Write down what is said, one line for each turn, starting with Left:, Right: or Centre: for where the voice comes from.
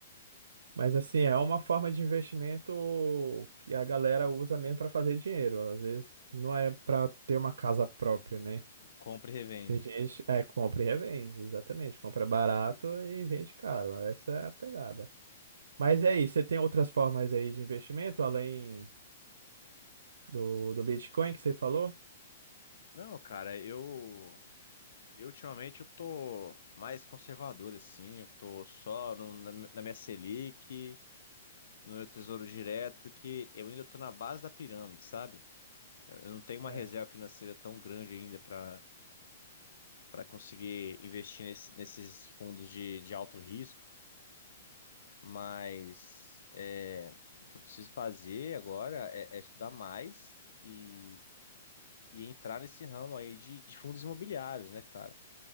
Right: Mas assim, é uma forma de investimento que a galera usa mesmo para fazer dinheiro. Às vezes não é para ter uma casa própria, né?
Left: Compra e revende.
Right: Tem gente, é, compra e revende, exatamente. Compra barato e vende caro. Essa é a pegada. Mas é isso, você tem outras formas aí de investimento além do, do Bitcoin que você falou?
Left: Não, cara, eu, eu ultimamente eu tô mais conservador, assim. Eu tô só no- na, na minha Selic. no meu tesouro direto, porque eu ainda estou na base da pirâmide, sabe? Eu eu não tenho uma
Right: Certo.
Left: reserva financeira tão grande ainda para para conseguir investir nesse- nesses fundos de, de alto risco, mas é, o que eu preciso fazer agora é, é estudar mais e, e entrar nesse ramo aí de, de fundos imobiliários, né, cara?